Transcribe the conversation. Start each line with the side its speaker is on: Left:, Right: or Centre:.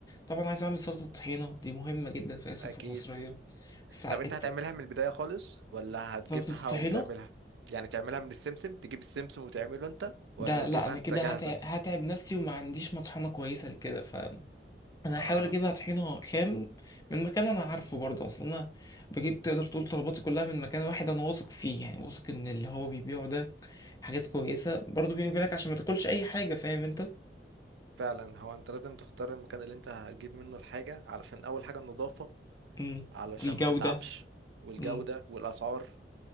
Left: طبعا عايز أعمل سلطة طحينة دي مهمة جدا في أي سفرة
Right: اكيد
Left: مصرية بس ع-
Right: طب انت
Left: الت-
Right: هتعملها من البداية خالص ولا هتجيبها
Left: سلطة الطحينة
Right: وتعملها يعني تعملها من السمسم تجيب السمسم وتعمله انت ولا
Left: ده لا
Right: تجيبها
Left: أنا
Right: انت
Left: كده
Right: جاهزة
Left: هتعب, هتعب نفسي وما عنديش مطحنة كويسة لكده انا
Right: اه
Left: هحاول اجيبها طحينه خام من مكان انا عارفه برضه اصلا انا بجيب تقدر تقول طلباتي كلها من مكان واحد انا واثق فيه يعني واثق ان اللي هو بيبيعه ده حاجات كويسه برضه بيني وبينك عشان ما تاكلش اي حاجه فاهم انت
Right: فعلا هو انت لازم تختار المكان اللي انت هتجيب منه الحاجة علشان اول حاجة النظافة
Left: امم
Right: علشان
Left: الجوده
Right: ما تتعبش والجودة
Left: امم
Right: والاسعار